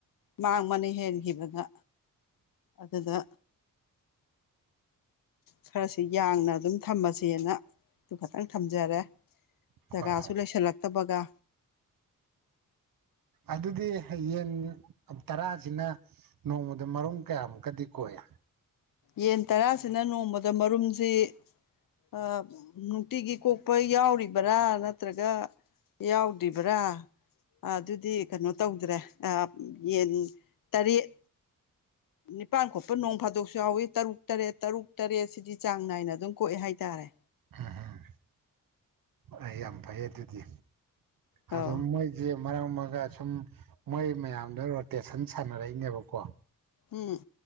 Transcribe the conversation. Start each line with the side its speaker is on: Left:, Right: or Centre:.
Left: ꯃꯥꯡꯕꯅ ꯍꯦꯟꯈꯤꯕꯗ ꯑꯗꯨꯗ ꯈꯔꯁꯤ ꯌꯥꯡꯅ ꯑꯗꯨꯝ ꯊꯝꯃꯁꯦꯅ ꯑꯗꯨ ꯈꯇꯪ ꯊꯝꯖꯔꯦ
Right: ꯍꯣꯏ
Left: ꯖꯒꯥꯁꯨ
Right: ꯍꯣꯏ
Left: ꯂꯩꯁꯜꯂꯛꯇꯕꯒ
Right: ꯑꯗꯨꯗꯤ ꯍꯥꯌꯦꯟ ꯇꯔꯥꯖꯤꯅ ꯅꯣꯡꯃꯗ ꯃꯔꯨꯝ ꯀꯌꯥꯃꯨꯛꯀꯗꯤ ꯀꯣꯛꯏ
Left: ꯌꯦꯟ ꯇꯔꯥꯁꯤꯅ ꯅꯣꯡꯃꯗ ꯃꯔꯨꯝꯖꯦ ꯑ ꯅꯨꯡꯇꯤꯒꯤ ꯀꯣꯛꯄ ꯌꯥꯎꯔꯤꯕꯔꯥ ꯅꯠꯇ꯭ꯔꯒ ꯌꯥꯎꯗꯤꯕ꯭ꯔꯥ ꯑ ꯗꯨꯗꯤ ꯀꯩꯅꯣ ꯇꯧꯗ꯭ꯔꯦ ꯑꯥ ꯌꯦꯟ ꯇꯔꯦꯠ ꯅꯤꯄꯥꯟ ꯈꯣꯛꯄ ꯅꯣꯡ ꯐꯥꯗꯣꯛꯁꯨ ꯌꯥꯎꯋꯤ ꯇꯔꯨꯛ ꯇꯔꯦꯠ ꯇꯔꯨꯛ ꯇꯔꯦꯠ ꯁꯤꯗꯤ ꯆꯥꯡ ꯅꯥꯏꯅ ꯑꯗꯨꯝ ꯀꯣꯛꯑꯦ ꯍꯥꯏꯇꯥꯔꯦ
Right: ꯍꯝꯍꯝ ꯑꯩ ꯌꯥꯝ ꯐꯩ ꯑꯗꯨꯗꯤ
Left: ꯑꯧ
Right: ꯑꯗꯨꯝ ꯃꯣꯏ ꯖꯦ ꯃꯔꯛꯃꯔꯛꯗ ꯁꯨꯝ ꯃꯣꯏ ꯃꯌꯥꯝꯗ ꯔꯣꯇꯦꯁꯟ ꯁꯥꯟꯅꯔꯛꯏꯅꯦꯕꯀꯣ
Left: ꯎꯝ